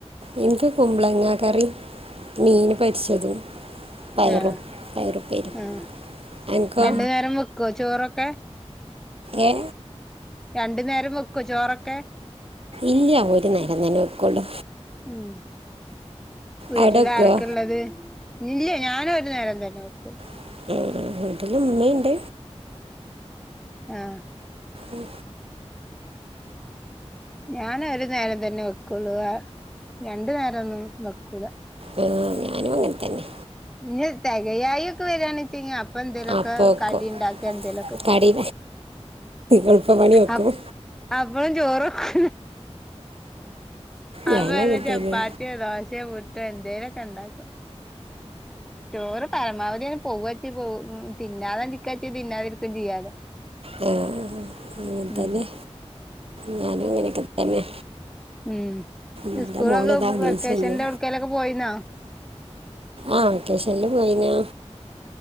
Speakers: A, on the right; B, in the centre.
A: എനിക്ക് കുമ്പളങ്ങ കറി മീന് പൊരിച്ചതും. പയറും
B: ആഹ്
A: പയറുപ്പേരും
B: ഉ
A: എനിക്കോ
B: രണ്ടു നേരം വെക്കുവോ ചോറൊക്കെ?
A: ഏ
B: രണ്ടു നേരം വെക്കോ ചോറൊക്കെ?
A: ഇല്ല ഒരു നരം തന്നെ വെക്കൊളു.
B: ഉം വീട്ടില്
A: അവിടെ വെക്കുവോ
B: ആരൊക്കെ ഉള്ളത്. ഇല്ല ഞാനും ഒരു നേരം തന്നെ വെക്കൂളു.
A: <unintelligible> വീട്ടില് ഉമ്മിണ്ട്
B: ആഹ
A: ഉം
B: ഞാൻ ഒരു നേരം തന്നെ വെക്കുള്ളു. അ രണ്ടു നേരം ഒന്നും വെക്കൂല.
A: ആ, ഞാനും അങ്ങനെ തന്നെ
B: ഇനി തികയായി ഒക്കെ വരണി വെച്ചികി അപ്പൊ എന്തേലുമൊക്കെ
A: അപ്പം വെക്കും
B: കടി ഉണ്ടാക്ക എന്തേലുമൊക്കെ ചെയ്യും.
A: കടി എളുപ്പപ്പണി വെക്കും
B: അ അവളും ചോറൊക്കോ
A: ഞാനും
B: അവല
A: അങ്ങനെ
B: ചപ്പാത്തിയോ,
A: തന്നെ
B: ദോശോ, പുടോ, എന്തേലൊക്കെ ഉണ്ടാക്കും. ചോറ് പരമാവധി അഞനെ പോവച്ച തിന്നാതിരിക്കാൻ തിന്നാതിരിക്കാൻ ചെയ്യാലോ.
A: ആ, അങ്ങനെ
B: ഉം
A: തന്നെ ഞാനും ഇങ്ങനെയൊക്കെ തന്നെ.
B: ഉം
A: എൻ്റെ
B: സ്കൂളൊക്കെ
A: മോള് ഇതാ അഭിനയിച്ചെന്നു
B: വെക്കേഷന്റെ എവിടെയെങ്കിലും ഒക്കെ പോയിന്നോ?
A: ആഹ് വെക്കേഷല് പോയിനാ